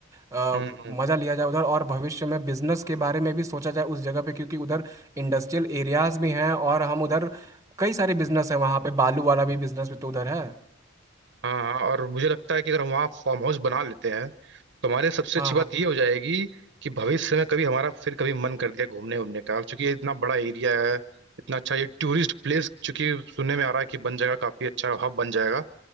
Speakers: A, on the right (about 15°); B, on the right (about 60°).
A: अ,
B: हम्म
A: मजा लिया जाए उधर और भविष्य में बिजनेस के बारे में भी सोचा जाए उस जगह पे क्योंकि उधर इंडस्ट्रियल एरियाज भी हैं और हम उधर कई सारे बिजनेस हैं वहाँ पे बालू वाला भी बिजनेस भी तो उधर है
B: हाँ हाँ, और मुझे लगता है कि अगर हम वहाँ फार्म हाउस बना लेते हैं तो हमारे सबसे
A: हाँ
B: अच्छी बात
A: हाँ
B: ये हो जाएगी कि भविष्य में कभी हमारा फिर कभी मन कर दिया घूमने घूमने का क्योंकि ये इतना बड़ा एरिया है इतना अच्छा ये टूरिस्ट प्लेस चूंकि सुनने में आ रहा है कि बन जाएगा काफी अच्छा हब बन जाएगा